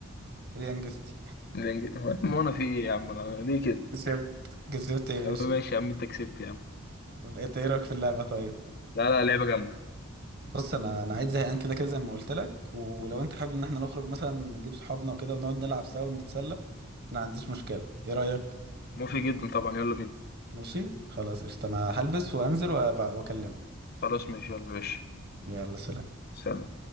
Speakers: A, on the right (about 45°); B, on the left (about 45°).
A: اليانجستي
B: الانجليزي هو ما انا في ايه يا عم انا ليه كده
A: <laughs> كسبت كسبت يا باشا
B: يا عم ماشي يا عم انت كسبت يا عم
A: انت ايه رأيك في اللعبة طيب
B: لا لا لعبه جامده
A: بص انا انا قاعد زهقان كده كده زي ما قلت لك ولو انت حابب ان احنا نخرج مثلا نجيب صحابنا وكده ونقعد نلعب سوا ونتسلى انا ما عنديش مشكله ايه رايك
B: مفيد جدا طبعا يلا بينا
A: ماشي خلاص قشطه انا هلبس وانزل وأبع- واكلمك
B: خلاص ماشي يلا ماشي
A: يلا سلام
B: سلام